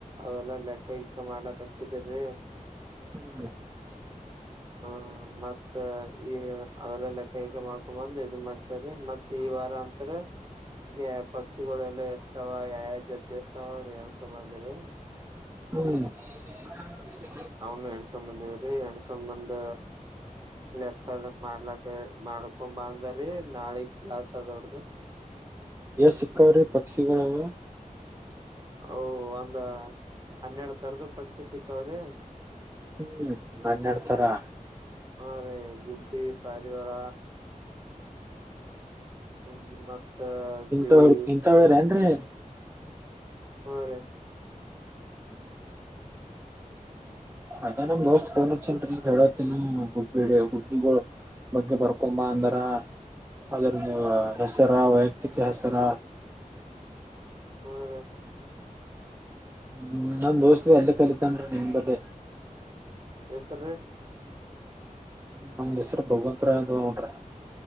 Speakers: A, on the right; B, on the right.
A: ಅವೆಲ್ಲಾ ಲೆಕ್ಕ ಇಕ್ಕ ಮಾಡ್ಲಾಕ್ ಹಚ್ಚಿದಿರಿ. <unintelligible>
B: ಹ್ಮ. <unintelligible>
A: ಹ್ಮ, ಮತ್ತ, ಈ ಅವ್ರ ಲೆಕ್ಕ ಕಿಕ್ಕ? ಮಾಡ್ಕೊಂಡು, ಬಂದು ಇದು, ಮಾಡು. <unintelligible> ಸರಿ, ಮತ್ತು, ಈ ವಾರ ಅಂತಾರೆ? <unintelligible> ಹೇ, ಪಕ್ಷಿಗಳೆಲ್ಲ ಎಷ್ಟಾವ! ಯಾವಾವ ಜೊತಿ ಎಷ್ಟಾವ ಎಣಿಸ್ಕೊಂಡು? ಬಂದೀರಿ. <unintelligible>
B: ಹ್ಮ್. <unintelligible>
A: ಅವನು, ಎಣಿಸ್ಕೊಂಡ್ ಬಾಂಧಾರಿ,, ಎಣಿಸಿಕೊಂಡು ಬಂದ ಲೆಕ್ಕದ ಮಾಡ್ಲಾಕ್ಕೆ? <unintelligible> ಮಾಡ್ಕೊ, ಬಾ ಅಂದರಿ, ನಾಳೆ, ಕ್ಲಾಸ್ ಅದೇ, ಅವರುಧೂ. <unintelligible>
B: ಎ, ಸಿಕ್ಕವರೆ, ರಿ, ಪಕ್ಷಿಗಳೆಲ್ಲ. <unintelligible>
A: ಓ, ಒಂದ, ಹನ್ನೆರಡು, ತರಧು, ಪಕ್ಷಿ ಸಿಕ್ಕಾವ್ರಿ? <unintelligible>
B: ಹ್ಮ್, ಹನ್ನೆರಡು ತರ? <unintelligible>
A: ಹಾ ರೀ ಗುಬ್ಬಿ ಪಾರಿವಳ ಹ್ಮ್ ಮತ್ತ
B: ಇಂಥವ್
A: ಗಿಳಿ
B: ಇಂಥವೇರೇನ್ರಿ
A: ಹ ರ
B: ಅದ ನಮ್ಮ ದೋಸ್ತ್ ಕನ್ ಅ ಹೇಳಳ್ ಹುಬ್ಿ ಬಗ್ಗೆ ಬರ್ಕೊ್ ದರ ಅದ್ರ ಹೆಸರ ವೈಯಕ್ತಿಕ ಹೆಸರ
A: ಹ್ಮ ರೀ
B: ಹ್ಮ್ ನನ್ ದೋಸ್ತ್ವಿ ಎಲ್ಲ ಕಲಿತನ್ೀ ನಿಮ ಬಲ್ಲ
A: ಎಸರೀ
B: ನಮ ಹೆಸರು ಭಗವತ್ರ ಅ ನೋಡ್ರಿ